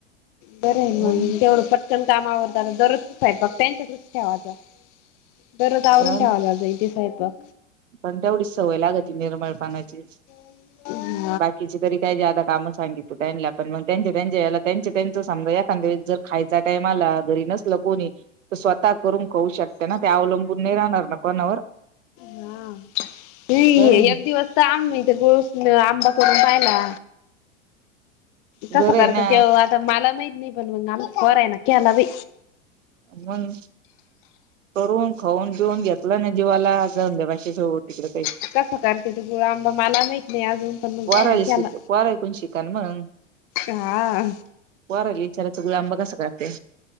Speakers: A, on the left; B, on the right.
A: बरना
B: होऊन
A: मग. तेवढंच पटकन काम आवरत. आता दररोजचा स्वयपाक त्यांच्याकडच ठेवाचं. दररोज आवरून
B: जाऊन
A: ठेवाला जा जातील ते सयपाक.
B: पण तेवढीच सवय लागती निर्मळ पणाची.
A: हं.
B: बाकीचे तरी काय ज्यादा कामं सांगित त्यांना? पण मग त्यांच्या त्यांच्या याला त्यांचे त्यांच समजा एखाद्या वेळेस जर खायचा टाइम आला, घरी नसल कोणी तर स्वतः करून खाऊ शकत्या ना. त्या अवलंबून नाही राहणार ना कोणावर.
A: हां. हे ही
B: बरं
A: एक दिवस तर आम्ही त गुळ न आंबा करून पाहिला. कसा
B: बरं
A: करत
B: आहे ना
A: तेव आता मला माहीत नाही. पण म आमच्या पोरायने केला बाई.
B: मग करून खाऊन जेऊन घेतला ना जीवाला. जऊंद्या बाकीचं होवो तिकड काही.
A: कसा करत्या ते गुळआंबा मला माहित नाही अजून. पण मग
B: पोरायला
A: त्यान केला.
B: शिक पोरायकुन शिका न मंग.
A: हा
B: पोरायला इचारायचं, गुळआंबा कसा करत्या?